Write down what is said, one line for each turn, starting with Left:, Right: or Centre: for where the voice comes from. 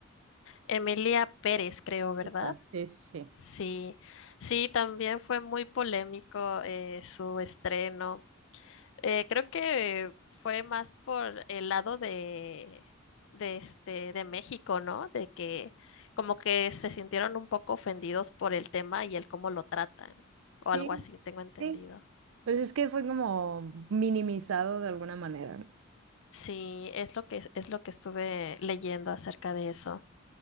Left: Emilia Pérez, creo, ¿verdad?
Right: Esta, Sí, sí, sí.
Left: Sí, sí, también fue muy polémico eh, su estreno. Eh, creo que fue más por el lado de, de este, de México, ¿no? De que como que se sintieron un poco ofendidos por el tema y el cómo lo tratan,
Right: Sí,
Left: o algo así, tengo entendido.
Right: Sí, pues es que fue como minimizado de alguna manera.
Left: Sí, es lo que, es lo que estuve leyendo acerca de eso.